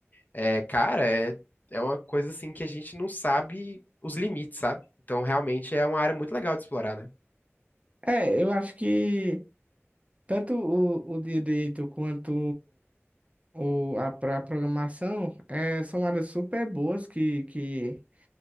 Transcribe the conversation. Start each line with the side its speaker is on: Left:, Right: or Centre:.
Left: é, cara, é, é uma coisa assim que a gente não sabe os limites, sabe? Então, realmente é uma área muito legal de explorar, né?
Right: É, eu acho que tanto o, o direito quanto ou a, pra programação é, são áreas super boas que, que,